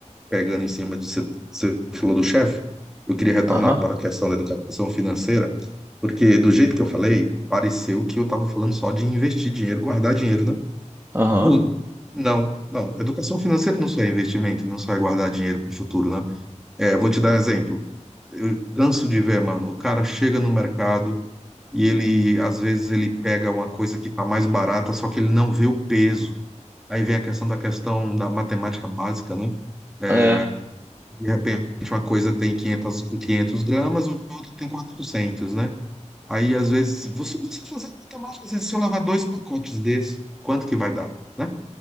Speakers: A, in the centre; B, on the right.
A: pegando em cima de você, você falou do chefe, eu queria retornar
B: Aham,
A: para a questão da educação financeira, porque do jeito que eu falei, pareceu que eu estava falando só de investir dinheiro, guardar dinheiro, né?
B: Aham.
A: Hum. Não, não. Educação financeira não só é investimento, não só é guardar dinheiro para o futuro, né? É, vou te dar um exemplo. eu canso de ver, mano. O cara chega no mercado e ele, às vezes, ele pega uma coisa que tá mais barata, só que ele não vê o peso. Aí vem a questão da questão da matemática básica, né? É,
B: É,
A: de repente, uma coisa tem 500, 500 gramas, o outro tem 400, né? Aí, às vezes, você precisa fazer a matemática, assim, se eu lavar dois pacotes desses, quanto que vai dar, né?